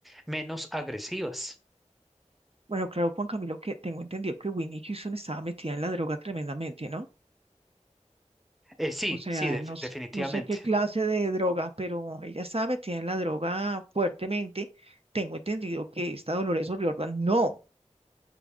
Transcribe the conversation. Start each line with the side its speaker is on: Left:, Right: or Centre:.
Centre: menos agresivas.
Right: Bueno, claro, Juan Camilo, que tengo entendido que Winnie Houston estaba metida en la droga tremendamente, ¿no?
Centre: Eh, sí,
Right: O sea,
Centre: sí, def-
Right: no, s-
Centre: definitivamente.
Right: no sé qué clase de droga, pero ella estaba metida en la droga fuertemente. Tengo entendido que esta Dolores O'Riordan no,